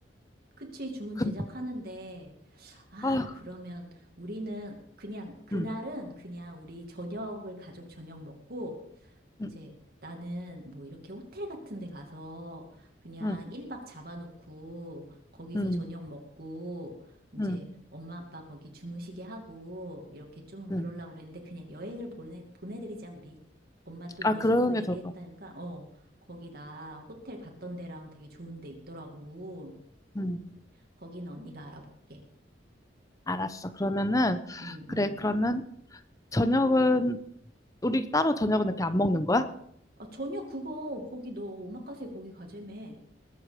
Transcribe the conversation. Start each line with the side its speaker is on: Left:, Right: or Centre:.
Right: 그치, 주문
Left: 그-
Right: 제작하는데, 아,
Left: 아,
Right: 그러면 우리는 그냥, 그날은
Left: 응,
Right: 그냥 우리 저녁을 가족 저녁 먹고, 이제
Left: 응.
Right: 나는 뭐 이렇게 호텔 같은 데 가서 그냥
Left: 응,
Right: 1박 잡아놓고 거기서
Left: 응,
Right: 저녁 먹고, 이제
Left: 응,
Right: 엄마 아빠 거기 주무시게 하고, 이렇게 좀
Left: 응.
Right: 그러려고 그랬는데 그냥 여행을 보내, 보내드리자, 우리. 엄마 또
Left: 아,
Right: 여수도
Left: 그러는 게
Right: 얘기했다니까,
Left: 좋을 것 같아.
Right: 어, 거기 나 호텔 갔던 데랑 되게 좋은 데 있더라고.
Left: 응,
Right: 거기는 언니가 알아볼게.
Left: 알았어. 그러면은,
Right: 응,
Left: 그래,
Right: 응.
Left: 그러면 저녁은, 우리 따로 저녁은 이렇게 안 먹는 거야?
Right: 아, 전혀 그거, 거기 너 오마카세 거기 가재매.